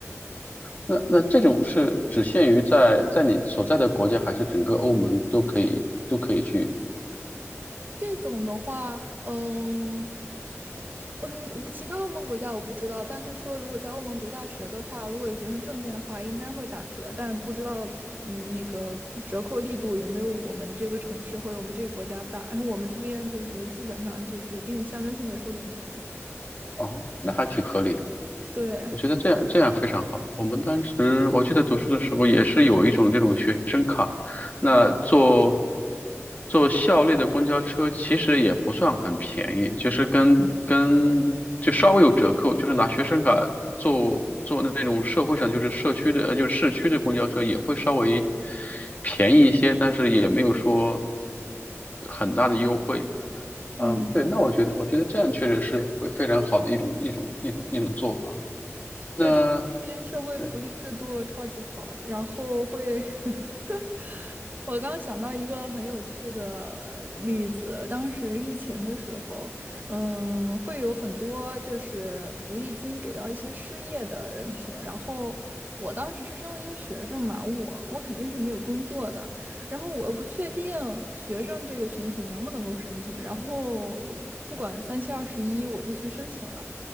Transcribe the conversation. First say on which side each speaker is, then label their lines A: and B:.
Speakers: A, on the left; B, on the right.
A: 那那这种是只限于在在你所在的国家，还是整个欧盟都可以都可以去？
B: <laughs> 这种的话，嗯。嗯，我不其他欧盟国家我不知道，但是说如果在欧盟读大学的话，如果有学生证件的话，应该会打折，但不知道嗯那个折扣力度有没有我们这个城市或者我们这个国家大。然后我们这边就是基本上就是给你象征性的收点钱。
A: 哦，那还挺合理的。
B: 对，
A: 我觉得这样这样非常好。我们当时我记得读书的时候也是有一种这种学生卡，那坐坐校内的公交车其实也不算很便宜，就是跟跟就稍微有折扣，就是拿学生卡坐坐那种社会上就是社区的呃就是市区的公交车也会稍微便宜一些，但是也没有说很大的优惠。嗯，
B: 嗯，
A: 对，那我觉得我觉得这样确实是非非常好的一种一种一种一种做法。那
B: 对，他们这边社会福利制度超级好，
A: 嗯，
B: 然后会 <laughs> 我刚想到一个很有趣的例子，当时疫情的时候，嗯，会有很多就是福利金给到一些失业的人群，然后我当时是身为一个学生嘛，我我肯定是没有工作的，然后我又不确定学生这个群体能不能够申请，然后不管三七二十一，我就去申请了。